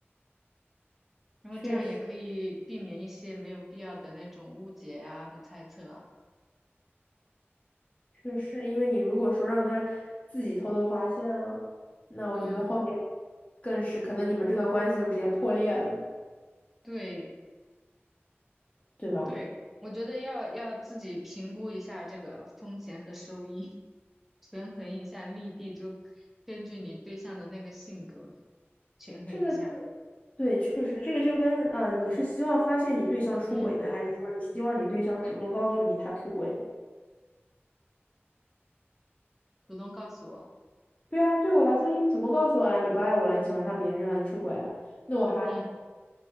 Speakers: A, in the centre; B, on the left.
A: 然后这样也可以避免一些没有必要的那种误解呀和猜测啊。
B: 确实。确实，因为你如果说让他自己偷偷发现了，那我觉得后面
A: 嗯，
B: 更是可能你们这段关系就直接破裂了，
A: 对
B: 对吧？
A: 对，我觉得要要自己评估一下这个风险和收益，权衡一下利弊，就根据你对象的那个性格权衡一下。
B: 这个就对，确实，这个就跟啊，你是希望发现你对象出轨呢，
A: 嗯，
B: 还是说你希望你对象主动告诉你他出轨了？
A: 主动告诉我。
B: 对啊，对我来说，你主动告诉我啊，你不爱我了，你喜欢上别人了，你出轨了，那我还
A: 嗯，